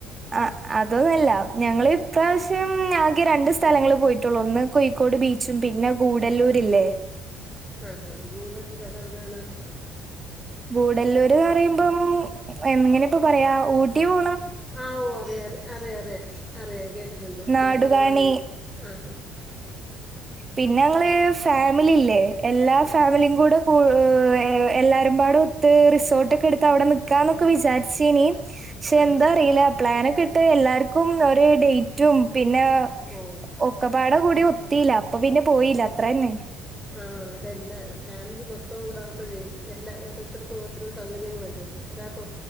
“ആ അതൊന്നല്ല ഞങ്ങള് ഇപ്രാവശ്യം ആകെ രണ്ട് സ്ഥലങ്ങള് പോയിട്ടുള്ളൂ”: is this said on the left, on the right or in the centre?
Right